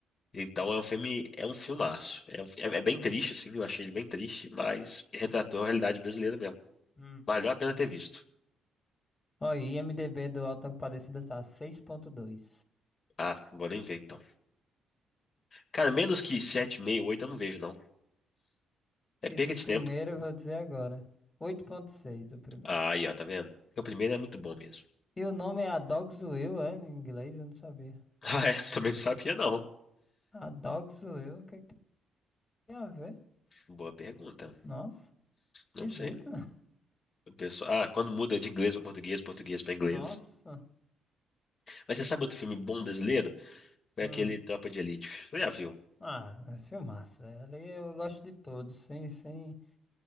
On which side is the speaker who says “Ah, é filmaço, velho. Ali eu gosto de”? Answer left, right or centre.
Left